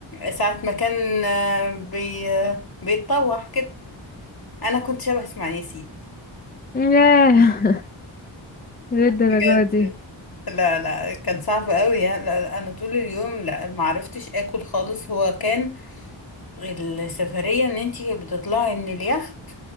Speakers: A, on the left (about 50°); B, on the left (about 20°).
A: ساعة ما كان آه، بي... آه، بيتطوح كده انا كنت شبه اسماعيل ياسين
B: ياه للدرجه
A: بجد
B: دي
A: لا لا كان صعب قوي يعني لا، لا، انا طول اليوم لا ما عرفتش اكل خالص هو كان السفرية ان انتي بتطلعي من اليخت